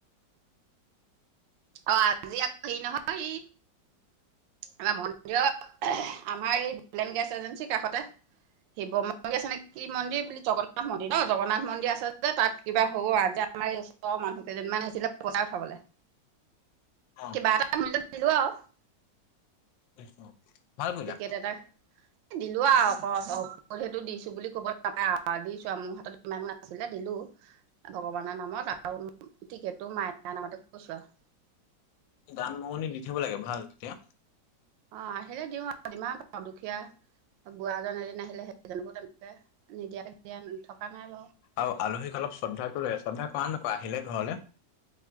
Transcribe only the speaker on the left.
অ'।
বুজিছো ভাল কৰিলা
দান মগনি দি থাকব লাগে ভাল তেতিয়া।
আৰু আলহীক অলপ শ্ৰদ্ধাটো শ্ৰদ্ধা কৰা নকৰা আহিলে ঘৰলৈ?